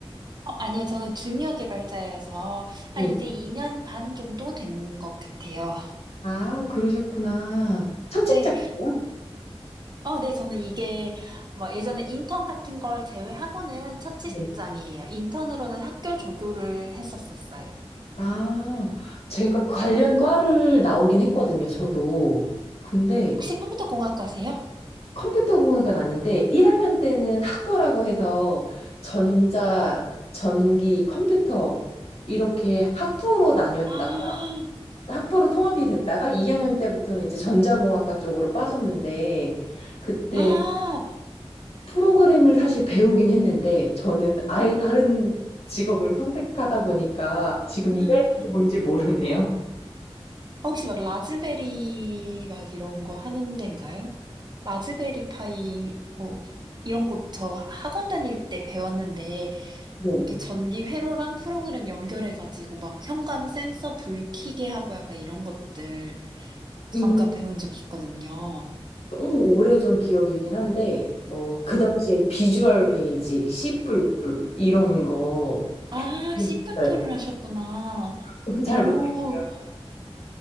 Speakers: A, on the right; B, on the left.
A: 어, 아니요, 저는 주니어 개발자여서 한
B: 네.
A: 이제 2년 반 정도 된 것 같아요.
B: 아, 그러셨구나.
A: <laughs>
B: 첫 직장이요?
A: 네. 어, 네, 저는 이게 뭐 예전에 인턴 같은 걸 제외하고는 첫 직장이에요.
B: 네.
A: 인턴으로는 학교 조교를 했었었어요.
B: 아, 제가 관련 과를 나오긴 했거든요, 저도. 근데
A: 혹시 컴퓨터 공학과세요?
B: 컴퓨터 공학은 아닌데 1학년 때는 학부라고 해서 전자, 전기, 컴퓨터 이렇게 학부로 나뉘었다.
A: 아,
B: 학부로 통합이 됐다가 2학년 때부터는 이제 전자공학과 쪽으로 빠졌는데 그때
A: 아,
B: 프로그램을 사실 배우긴 했는데 저는 아예 다른 직업을 선택하다 보니까 지금
A: 음.
B: 이 학년도 뭔지 모르네요.
A: 혹시 막 라즈베리 막 이런 거 하는 데인가요? 라즈베리 파이 뭐 이런 거 저 학원 다닐 때 배웠는데
B: 네.
A: 이렇게 전기 회로랑 프로그램 연결해가지고 막 현관 센서 불 켜게 하고 약간 이런 것들 잠깐
B: 음,
A: 배운 적 있거든요.
B: 너무 오래전 기억이긴 한데 뭐 그 당시에 비주얼 베이직, 씨뿔뿔 이런 거
A: 아,
B: 있어요.
A: 씨팔로를 하셨구나.
B: <laughs> 잘
A: 오,
B: 모르겠고요.